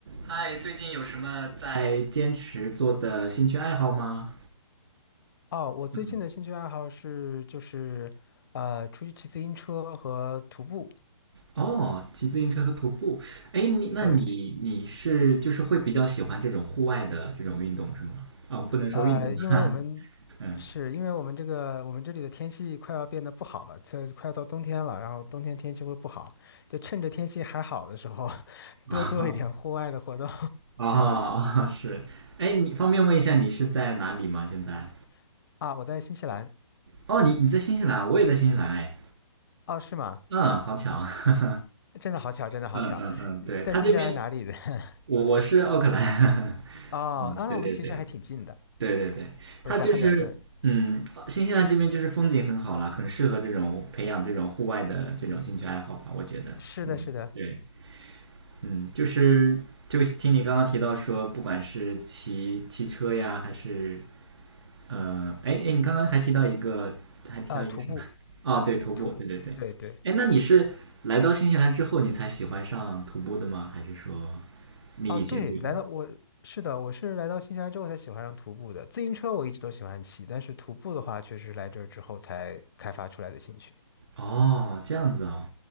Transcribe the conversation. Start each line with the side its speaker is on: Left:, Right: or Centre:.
Right: 嗨，最近有什么在坚持做的兴趣爱好吗？
Left: 哦，我最近的兴趣爱好是就是呃出去骑自行车和徒步。
Right: 嗯，哦，骑自行车和徒步。哎，你那你你是就是会比较喜欢这种户外的这种运动是吗？
Left: 对，
Right: 啊、我不能说运动，
Left: 呃，因为我们
Right: <laughs> 嗯，
Left: 是因为我们这个我们这里的天气快要变得不好了，快快要到冬天了，然后冬天天气会不好，就趁着天气还好的时候 <laughs>
Right: 啊
Left: 多做一点户外的活动。
Right: 啊是。哎，你方便问一下你是在哪里吗？现在？
Left: <laughs> 啊，我在新西兰。
Right: 哦，你你在新西兰，我也在新西兰。哎，
Left: 哦，是吗？
Right: 嗯，好巧。<laughs>
Left: 真的好巧，真的好巧，
Right: 嗯嗯嗯，对，
Left: 在新西兰哪里的？
Right: 他这边
Left: <laughs>
Right: 我我是奥克兰。<laughs>
Left: 哦，
Right: 嗯，
Left: 啊，
Right: 对对对。
Left: 那我们其实还挺近的。
Right: 对对对，它就是嗯，
Left: 我在汉密尔顿。
Right: 新西兰这边就是风景很好啦，很适合这种培养这种户外的这种兴趣爱好吧，我觉得。
Left: 是的，
Right: 嗯，
Left: 是的，
Right: 对，嗯，就是就听你刚刚提到说，不管是骑骑车呀，还是呃，哎哎，你刚刚还提到一个，还提到一个什么？
Left: 啊，徒步，
Right: 哦，对，徒步，
Left: 徒步，
Right: 对对对。
Left: 对对。
Right: 哎，那你是来到新西兰之后你才喜欢上徒步的吗？还是说你以前就有？
Left: 哦，对，来到我是的，我是来到新西兰之后才喜欢上徒步的。自行车我一直都喜欢骑，但是徒步的话，确实来这儿之后才开发出来的兴趣。
Right: 哦，这样子啊？